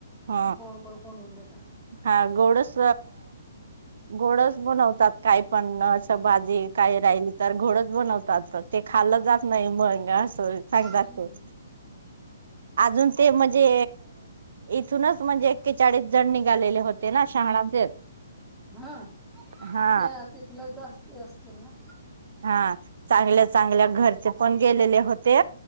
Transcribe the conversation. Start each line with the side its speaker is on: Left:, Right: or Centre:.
Right: ह
Centre: गोड गोड बनवून देतात.
Right: हा, गोडस गोडच बनवतात. काय पण असं, भाजी काही राहिली तर, गोडच बनवतात ते खाल्लं जात नाही मग असं. <unintelligible>
Centre: हम्म
Right: अजून ते म्हणजे, इथूनच म्हणजे, एक्केचाळीस जण निघालेले होते ना शहाणाचे.
Centre: हं,
Right: हा
Centre: ते तितलच जास्त असतील ना,
Right: हा, चांगल्या चांगल्या घरचे पण गेलेले होते.